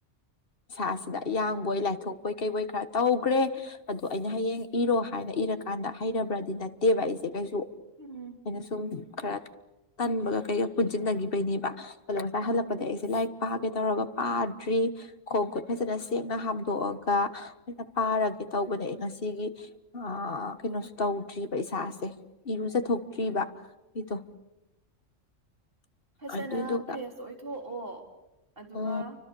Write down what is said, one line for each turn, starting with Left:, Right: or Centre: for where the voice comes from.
Left: ꯢꯁꯥꯁꯤꯗ ꯌꯥꯡꯕꯣꯏ ꯂꯥꯏꯊꯣꯛꯄꯣꯏ ꯀꯩꯕꯣꯏ ꯈꯔ ꯇꯧꯈ꯭ꯔꯦ ꯑꯗꯣ ꯑꯩꯅ ꯍꯌꯦꯡ ꯏꯔꯣ ꯍꯥꯏꯅ ꯏꯔꯀꯥꯟꯗ ꯍꯩꯔꯕ꯭ꯔꯗꯤ ꯅꯠꯇꯦꯕ ꯑꯩꯁꯦ ꯀꯩꯁꯨ
Right: ꯎꯝ
Left: ꯑꯩꯅ ꯁꯨꯝ ꯈꯔ ꯇꯟꯕꯒ ꯀꯩꯒ ꯄꯨꯟꯁꯤꯟꯅꯈꯤꯕꯩꯅꯦꯕ ꯑꯗꯣ ꯉꯁꯥꯏ ꯍꯜꯂꯛꯄꯗ ꯑꯩꯁꯦ ꯂꯥꯏꯔꯤꯛ ꯄꯥꯒꯦ ꯇꯧꯔꯒ ꯄꯥꯗ꯭ꯔꯤ ꯈꯣꯡ ꯈꯨꯨꯠ ꯐꯖꯅ ꯁꯦꯡꯅ ꯍꯥꯝꯗꯣꯛꯑꯒ ꯑꯣꯏꯅ ꯄꯥꯔꯒꯦ ꯇꯧꯕꯅꯤ ꯑꯩ ꯉꯁꯤꯒꯤ ꯑꯥ ꯀꯩꯅꯣꯁꯨ ꯇꯧꯗ꯭ꯔꯤꯕ ꯏꯁꯥꯁꯦ ꯏꯔꯨꯖꯊꯣꯛꯇ꯭ꯔꯤꯕ ꯑꯩꯗꯣ <inaudible>
Right: ꯐꯖꯅ
Left: ꯑꯗꯨꯗꯨꯒ
Right: ꯐ꯭ꯔꯦꯁ ꯑꯣꯏꯊꯣꯛꯑꯣ ꯑꯗꯨꯒ
Left: ꯎꯝ